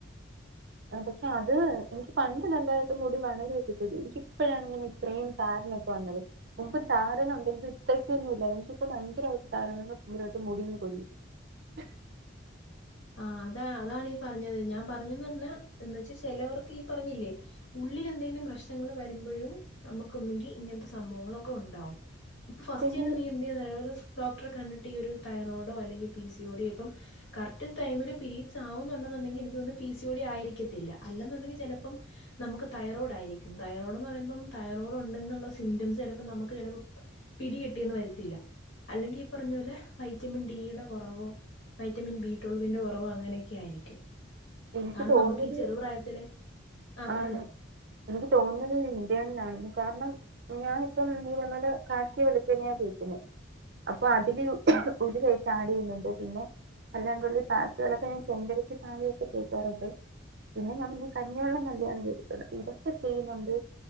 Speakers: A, on the right; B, on the left.
A: ആ പക്ഷെ അത് എനിക്ക് പണ്ട് നല്ലായിട്ട് മുടി വളരേ <unintelligible> എനിക്ക് ഇപ്പഴാണ് ഇങ്ങനെ ഇത്രയും താരനൊക്കെ വന്നത് മുമ്പ് താരനുണ്ടങ്കി ഇത്രക്കൊന്നും ഇല്ല പക്ഷേ ഇപ്പം ഭയങ്കരായിട്ട് <unintelligible> മുടിയും കൊയ്യും. അ.
B: ആ അതാ അതാണ് ഈ പറഞ്ഞത് ഞാൻ പറഞ്ഞിന്ന് പർഞ്ഞാ എന്നു വെച്ച ചെലവർക്ക് ഈ പറഞ്ഞില്ലേ ഉള്ളിൽ എന്തെങ്കിലും പ്രശ്നങ്ങൾ വരുമ്പഴും നമുക്കൊന്നങ്കി ഇങ്ങൻത്തെ സംഭവങ്ങളൊക്കെ ഉണ്ടാവും. ഇപ്പൊ ഫസ്റ്റ്ന്നെ
A: ഇനി
B: നീ എന്തയ്യണന്നറിയോ ഒരു ഡോക്ടറെ കണ്ടിട്ട് ഈ ഒരു തൈറോഡോ അല്ലെങ്കി പി സി ഓഡിയോ ഇപ്പം കറക് റ്റ് ടൈമില് പിരീഡ്സ് ആവുന്നുണ്ടെന്നുണ്ടെങ്കി എനിക്ക് തൊന്ന്ന്ന് പി സി ഓ ടി ആയിരിക്കത്തില്ല അല്ലെന്നുണ്ടെങ്കി ചെലപ്പം നമുക്ക് തൈറോയ്ഡ് ആയിരിക്കും തൈറോഡ്ന്ന് പറയുമ്പം തൈറോഡ് ഉണ്ടെന്നുള്ള സിംറ്റംസ് ചെലപ്പോ നമുക്ക് ചെലപ്പം പിടികിട്ടിയന്ന് വരത്തില്ല അല്ലെങ്കി ഈ പറഞ്ഞ പോലെ വൈറ്റമിൻ ഡിയുടെ കോറവോ വൈറ്റമിൻ ബി <unintelligible> വിന്റെ കൊറവൊ അങ്ങനെക്കെ ആയിരിക്കും
A: എനിക്ക്
B: കാരണം
A: തോന്നുന്നത്
B: നമുക്ക് ഈ ചെറുപ്രായത്തിലെ ആ പറഞ്ഞോ
A: ആണ് എനിക്ക് തോന്നുന്നത് ഇന്ത്യന്നാണ് കാരണം ഞാനിപ്പം <unintelligible> മ്മള് കാച്ചിയ വെളിച്ചണ്ണേ തേക്കുന്നെ അപ്പൊ അതില് <unintelligible>
B: ഉം
A: ചെയ്യുന്നുണ്ട് പിന്നെ അല്ലാണ്ടുള്ളിൽ പാർട്ടുകളൊക്കെ ഞാൻ ചെമ്പരത്തി താളിയൊക്കെ തെക്കാറുണ്ട് പിന്നെ <unintelligible> കഞ്ഞിവെള്ളം നല്ലേണ് വീട്ട്ത്തത് ഇതൊക്കെ ചെയ്യുന്നുണ്ട്